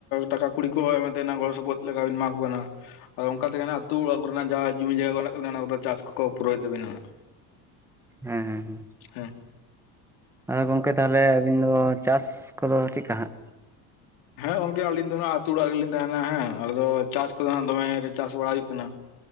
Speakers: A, on the left; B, in the centre.
A: ᱴᱟᱠᱟ ᱠᱩᱲᱤ ᱠᱚ ᱮᱢᱟᱛᱮᱱᱟ ᱜᱚᱲᱚ ᱥᱚᱯᱚᱦᱚᱫ ᱞᱟᱜᱟᱣ ᱵᱤᱱ ᱮᱢᱟ ᱠᱚ ᱠᱟᱱᱟ ᱟᱫᱚ ᱚᱱᱠᱟ ᱛᱮᱜᱮ ᱱᱟᱜ ᱟᱛᱩ ᱚᱲᱟᱜ ᱠᱚᱨᱮᱱᱟᱜ ᱡᱟᱦᱟᱸ ᱡᱚᱢᱤ ᱡᱟᱭᱜᱟ ᱠᱚ ᱢᱮᱱᱟᱜ ᱛᱟᱵᱤᱱᱟ ᱚᱱᱟ ᱠᱚᱫᱚ ᱪᱟᱥ ᱠᱚᱠᱚ ᱯᱩᱨᱟᱹᱣᱮᱫ ᱛᱟᱵᱤᱱᱟ ᱱᱟᱜ <inaudible>
B: ᱦᱮᱸ ᱦᱮᱸ ᱦᱩᱸ
A: ᱦᱮᱸ
B: ᱮ ᱜᱚᱝᱠᱮ ᱛᱟᱦᱚᱞᱮ ᱟᱵᱤᱱ ᱫᱚ ᱪᱟᱥ ᱠᱚᱫᱚ ᱪᱮᱫᱠᱟ ᱦᱟᱸᱜ
A: ᱦᱮᱸ ᱜᱚᱝᱠᱮ ᱟᱞᱤᱧ ᱫᱚ ᱱᱟᱜ ᱟᱛᱳ ᱚᱲᱟᱜ ᱨᱮᱜᱮᱞᱤᱧ ᱛᱟᱦᱮᱱᱟ ᱦᱮᱸ ᱟᱞᱮ ᱫᱚ ᱪᱟᱥ ᱠᱚᱫᱚ ᱦᱟᱜ ᱫᱚᱢᱮ ᱜᱮ ᱪᱟᱥ ᱵᱟᱲᱟ ᱦᱩᱭᱩᱜ ᱠᱟᱱᱟ